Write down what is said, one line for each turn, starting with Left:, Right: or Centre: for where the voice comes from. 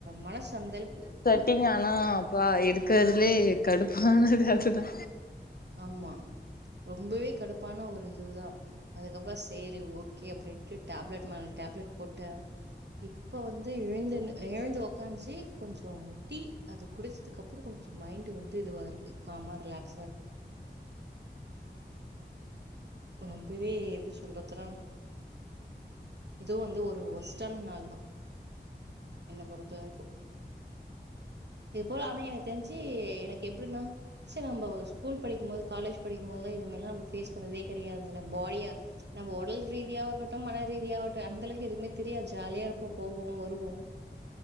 Right: மனசந்தலுக்கு
Left: விட்டிங்கானா அப்பா எடுக்குறதுலே கடுப்பானது அதுதா
Right: ஆமா ரொம்பவே கடுப்பான ஒரு இதுதா அதுக்கப்பொ சேரி ஓக் கே அப்டின்ட்டு டேப்லட் மேல டேப்லெட் போட்டே இப்ப வந் து எழுந்துன்னு எழுந்து ஒக்காஞ்சி கொஞ்சோ டீ அது குடிச்சதுக்கப்றோ கொஞ்சொ மைண்டு வந்து இதுவா இருக்கு காமா ரிலாக்ஸா இருக்கு ரொம்பவே எப்டி சொல்றதுனா இதுவு வந்து ஒரு வொஸ் டான நாள்தா என்ன பொறுத்தவரைக்கு இது போல அவெ எனக் தெரிஞ்சி எனக்கெப்டினா ச நம்ப ஸ்கூல் படிக்கும் போது காலேஜ் படிக்கும்போதெல்லா இதே மாரிலா நம்ம ஃபேஸ் பண்ணதே கெடையாதுல்ல பாயா நம்ம ஒடல் ரீதியா இருக்கட்டு மன ரீதியாவட்டூ அந்த அளவுக்கு எதுவுமே தெரியாது ஜாலியா இருப்போ போவோ வருவோ